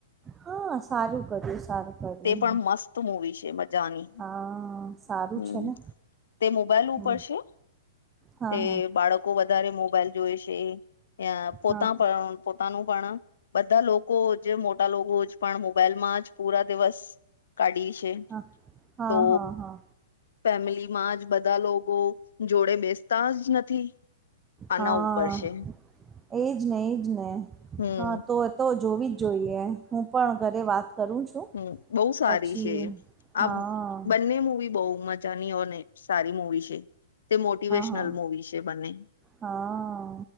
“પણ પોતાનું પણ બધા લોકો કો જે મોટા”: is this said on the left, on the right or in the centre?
Left